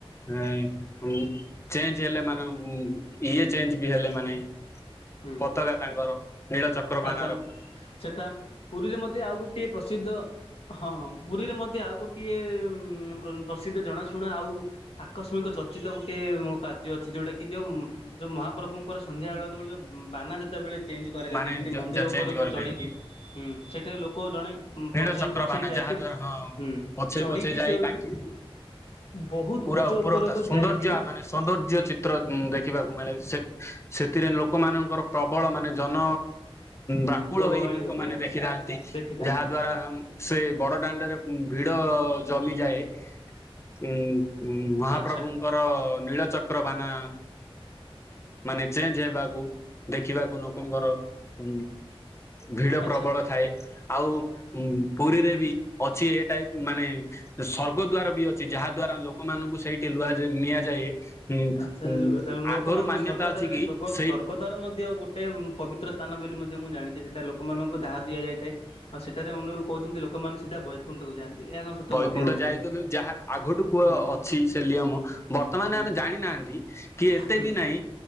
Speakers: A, on the left; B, on the left.
A: ହେଁ ଉଁ ଚେଞ୍ଜ ହେଲେ ଉଁ ମାନ ଇଏ ଚେଞ୍ଜେ ବି ହେଲେ ମାନେ
B: ହୁଁ।
A: ପତାକା ତାଙ୍କର ନୀଳଚକ୍ରବାନାର
B: ଆଚ୍ଛା ସେଠା ପୁରୀରେ ମଧ୍ୟ ଆଉ ଗୋଟିଏ ପ୍ରସିଦ୍ଧ ହ ହଁ ପୁରୀରେ ମଧ୍ୟ ଆଉ ଗୋଟିଏ ଉ ପ୍ରସିଦ୍ଧ ଜଣାଶୁଣା ଆଉ ଆକସ୍ମିକ ଚର୍ଚି ଗୋଟେ କାର୍ଯ୍ୟ ଅଛି ଯୋଉଟା କି ଯୋଉ ଯୋଉ ମହାପ୍ରଭୁଙ୍କର ସନ୍ଧ୍ୟା ବେଳେେବେଳେ ବାନା ଯେତେବେଳେ ଚେଞ୍ଜ କରାଯାଏ
A: ମାନେ
B: ଯେମିତି
A: ଯ
B: ମନ୍ଦିର
A: ଯ ଚେଞ୍ଜ
B: ଉପରକୁ
A: କରିଦିଏ
B: ଚଢ଼ିକି ସେଠାରେ ଲୋକ ଜଣେ
A: ନୀଳ
B: ପଛେଇ
A: ଚକ୍ରବାନା
B: ପଛେଇ ଯାଇକି
A: ଯାହା ଦ୍ଵାରା ହଁ
B: ହୁଁ
A: ପଛେଇ
B: ଚଢ଼ିକି
A: ପଛେଇ ଯାଇ
B: ସେ
A: ତାଙ୍କେ
B: ବହୁତ
A: ପୁରା
B: ଉଚ୍ଚ
A: ଉପର
B: ଉପରକୁ
A: ତା ସୌନ୍ଦର୍ଯ୍ୟ
B: ଯାଇକି
A: ମାନେ ସୌନ୍ଦର୍ଯ୍ୟ ଚିତ୍ର ଦେଖିବାକୁ ମିଳେ ସେ ସେଥିରେ ଲୋକମାନାନଙ୍କର ପ୍ରବଳ ମାନେ ଜନ ବାକୁଳ
B: ଗହଳି
A: ହେଇ ଲୋକମାନେ
B: ହୋଇଥାଏ ଆଚ୍ଛା
A: ଦେଖିଥାନ୍ତି।
B: ଦେଖିଥାନ୍ତି
A: ଯାହା ଦ୍ଵାରା ସେ ବଡ ଦାଣ୍ଡରେ ଭିଡ ଜମିଯାଏ। ଉ ମହାପ୍ରଭୁଙ୍କର
B: ଆଚ୍ଛା
A: ନୀଳଚକ ଚକ୍ରବାନା ମାନେ ଚେଞ୍ଜ ହେବାକୁ ଦେଖିବାକୁ ଲୋକଙ୍କର ଉ ଭିଡ
B: ଆଚ୍ଛା
A: ପ୍ରବଳ ଥାଏ। ଆଉ ପୁରୀରେ ବି ଅଛି ଏଟାଇପ ମାନେ ସର୍ଗ ଦ୍ଵାର ବି ଅଛି ଯାହା ଦ୍ଵା ରା ଲୋକମାନଙ୍କୁ ସେଇଠି ଲୁଆ ନିଆଯାଏ।
B: ଆଛା
A: ଉଁ
B: ଲୋକମାନଙ୍କୁ
A: ଆଗରୁ ମାନ୍ୟତା
B: ସ୍ୱର୍ଗ
A: ଅଛି
B: ଦ୍ଵାରରେ
A: କି
B: ସ୍ୱର୍ଗ
A: ସେଇ
B: ସ୍ୱର୍ଗଦାର ମଧ୍ୟ ଗୋଟେ ପବିତ୍ର ସ୍ଥାନ ବୋଲି ମୁଁ ଜାଣିଛି ସେଟା ଲୋକମାନଙ୍କୁ ଦାହ ଦିଆଯାଇଥାଏ ଆଉ ସେଠାରେ ମଣ୍ଡ କହୁଛନ୍ତି ଲୋକମାନେ ସିଧା ବୈକୁଣ୍ଠକୁ ଯାଆନ୍ତି। ଏହା କଣ ସତ
A: ବୈକୁଣ୍ଠ
B: ମଧ୍ୟ ହୋଇଥାଏ।
A: ଯାଇକ ଯାହା ଆଗଠୁ କୁ
B: ହୁଁ
A: ଅଛି ସେ ନିୟମ ବର୍ତ୍ତମାନ
B: ହୁଁ
A: ଆମେ ଜାଣି ନାହାନ୍ତି କି ଏତେ
B: ହୁଁ
A: ବି ନାହିଁ